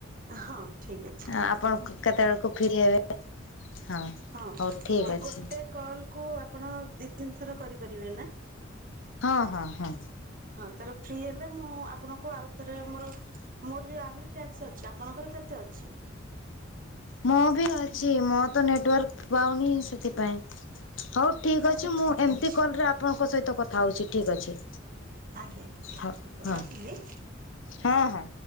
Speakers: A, on the right; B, on the left.
A: ହଁ, ଠିକ୍ ଅଛି।
B: ଆପଣ କ କେତେବେଳକୁ ଫ୍ରି ହେବେ? ହଁ।
A: ହଁ
B: ହଉ ଠିକ୍
A: ଏ
B: ଅଛି।
A: ଗୋଟେ କଲ୍ କୁ ଆପଣ ଦି ତିନି ଥର କରିପାରିବେ ନା?
B: ହଁ ହଁ ହଁ।
A: ହଁ ତାହଲେ ଫ୍ରି ହେଲେ ମୁଁ ଆପଣଙ୍କୁ ଆଉ ଥରେ ମୋର ମୋର ବି ଆହୁରି ଟ୍ୟାକ୍ସ ଅଛି, ଆପଣଙ୍କର କେତେ ଅଛି?
B: ମୁଁ ବି ଅଛି ମୋ ତ ନେଟୱାର୍କ ପାଉନି ସେଥିପାଇଁ। ହଉ ଠିକ୍
A: ଆଚ୍ଛା
B: ଅଛି ମୁଁ
A: ଠିକ୍
B: ଏମିତି
A: ଅଛି
B: କଲ୍ ରେ ଆପଣଙ୍କ ସହିତ କଥା ହଉଛି ଠିକ୍ ଅଛି।
A: ଆଜ୍ଞା
B: ହଁ ହଁ
A: ରହିଲି।
B: ହଁ ହଁ।